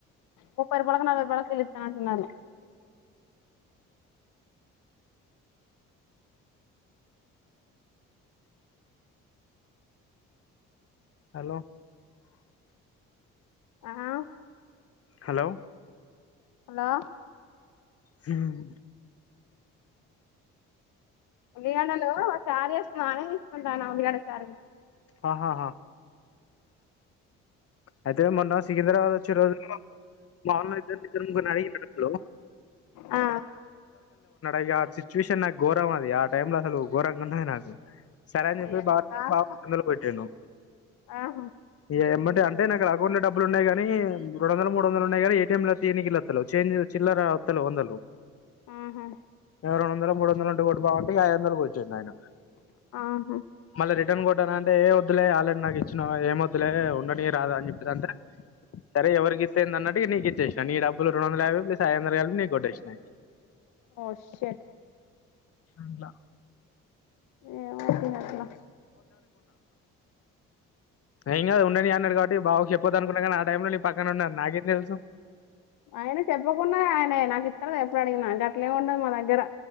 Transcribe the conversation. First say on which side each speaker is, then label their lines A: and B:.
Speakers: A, on the left; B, on the left.
A: ముప్పై రూపాలకు నలభై నలభై రూపాయలకు కిలా ఇస్తా అంటున్నారు
B: హలో
A: ఆహా
B: హలో
A: హలో
B: హ్మ్
A: ఉల్లిగడ్డలు చారు చేసుకుందామని తీసుకుంటన్న ఉల్లిగడ్డ చారు
B: ఆహాహా అయితే మొన్న సికింద్రాబాద్ వచ్చే రోజు మా ఆమ్ ఇద్దరికిద్దరు ను <unintelligible> లో
A: ఆ
B: ఇగ ఆ సిచ్యువేషన్ నాకు ఘోరం అది ఆ టైమ్ లో అసలు ఘోరంగా ఉన్నది నాకు సరే అని చెప్పేసి
A: అయ్యో
B: బా
A: కాస్త
B: బావ తొందర పెట్టిండు
A: ఆహా
B: ఇగ ఎంబడి అంట నాకు అకౌట్ డబ్బులు ఉన్నయి గని రెండు వందలో మూడు వందలో ఉన్నాయి గని ఏటీఎం ల తీయనికి ఇల్ల అత్తలేవ్ చేంజ్ చిల్లర అవ వందలు
A: ఆహా
B: ఆ రెండు వందలో మూడు వందలో ఉంటే కొట్టు బావంటే ఇగ ఐదు వందలు కొట్టిండాయన
A: ఆహా
B: మల్ల రెండు టన్ కొట్టన అంటే ఏ వద్దులే ఆల్రెడీ నాకు ఇచ్చినావ్ కదా ఏం వద్లే ఉంచ్ రాదా అని చెప్పసి అంటే సరే ఎవరికి ఇస్తే ఏందన్నట్టు ఇగ నీకు ఇచ్చేసిన నీ డబ్బులు రెండు వందల యాభై ప్లస్ అయిదు వందలు కలుపి నీకొట్టేసిన
A: ఓ షట్
B: అట్లా
A: ఏమో ఇగ అట్లా
B: ఏం కాదు ఉండని అని ఉన్నరు కాబట్టి బావకి చెప్పదనుకున్నా కానీ ఆ టైంలో నీ పక్కన ఉన్నా అని నాకేం తెలుసు
A: ఆయన చెప్పకుండా ఆయనే నాకు ఇత్తరు ఎప్పుడడిగినా గట్లే ఉండదు మా దగ్గర